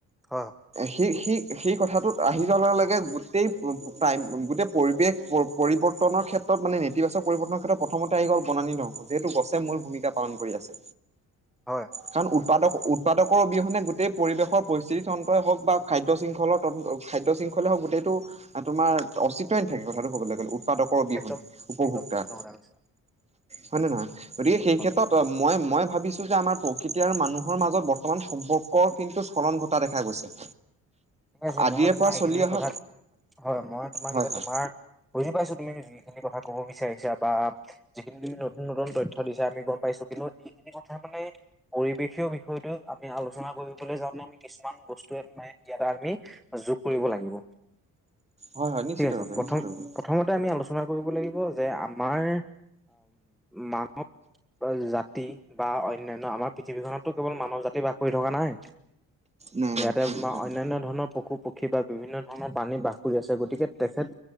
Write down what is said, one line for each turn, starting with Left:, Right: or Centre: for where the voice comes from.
Centre: হয়,
Right: সেই সি সেই কথাটোত আহি যোৱাৰ লগে লগে গোটেই টাইম গোটেই পৰিৱেশ পৰিৱৰ্তনৰ ক্ষেত্ৰ ত মানে নেতিবাচক পৰিৱৰ্তনৰ ক্ষেত্ৰত প্ৰথমতে আহি গ'ল বনানী ধংস যিহেতু গছে মূল ভূমিকা পাল কৰি আছে
Centre: হয়
Right: কাৰণ উৎপাদক উৎপাদকৰ অবিহনে গো টেই পৰিৱেশৰ পৰিস্থিতি তন্ত্ৰই হওক বা খাদ্য শৃংখলৰ তন্ত্ৰ খাদ্য শৃংখলেই হওক গোটেইটো তোমাৰ অস্তিত্বই নেথাকে কথাটো ক'বলৈ গ'ল উৎপাদকৰ অবিহনে
Centre: একদম
Right: উপভোক্তাৰ
Centre: একদম শুদ্ধ কথা কৈছা।
Right: হয় নে নহয় গতিকে সেই
Centre: হয়,
Right: ক্ষেত্ৰত
Centre: হয়।
Right: মই মই ভাবিছোঁ যে আমাৰ প্ৰকৃতি আৰু মানুহৰ মাজত বৰ্তমান সম্পৰ্ক কৰ কিন্তু স্থলন ঘটা দেখা গৈছে।
Centre: ঠিক আছে
Right: আদিৰে
Centre: মই তোমাৰ
Right: পৰা
Centre: এইখিনি
Right: চলি অহা
Centre: কথাত হয় মই তোমাক
Right: হয়
Centre: এতিয়া
Right: হয়
Centre: তোমাৰ বুজি পাইছো তুমি যিখিনি কথা ক'ব বি চাৰিছা বা যিখিনি তুমি নতুন নতুন তথ্য দিছা আমি গম পাইছো কিন্তু এইখিনি কথা মানে পৰিৱেশীয় বিষয়টো আমি আলোচনা কৰিবলৈ যাওঁতে আমি কিছুমান বস্তু মানে ইয়াত ত আমি যোগ কৰিব লাগিব।
Right: হয় হয় নিশ্চিত
Centre: ঠিক আছে
Right: ৰূপে
Centre: প্ৰথম
Right: নিশ্চিত ৰূপে
Centre: প্ৰথমতে আমি আলোচনা কৰিব লাগিব যে আ মাৰ মানৱ জাতি বা অ অনান্য আমাৰ পৃথিৱীখনততো কেৱল মানৱ জাতি বাস কৰি থকা নাই
Right: নাই নাই
Centre: ইয়াতে
Right: নিশ্চিত
Centre: তোমাৰ
Right: ৰূপে
Centre: বিভিন্ন ধৰণৰ পশু পক্ষী বা বিভিন্ন ধৰণৰ পানী বাস কৰি আছে গতিকে তেখেত